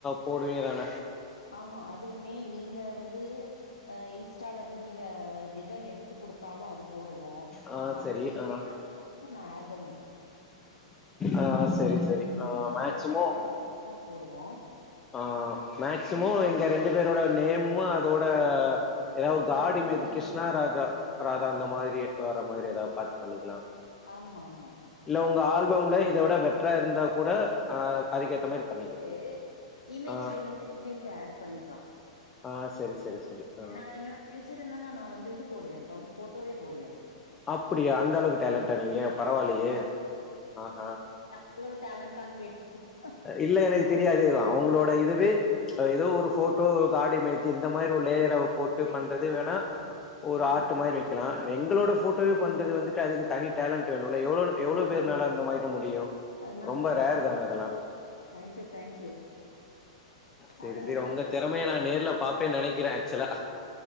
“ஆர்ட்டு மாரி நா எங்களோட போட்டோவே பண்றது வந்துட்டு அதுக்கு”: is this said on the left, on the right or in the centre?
Left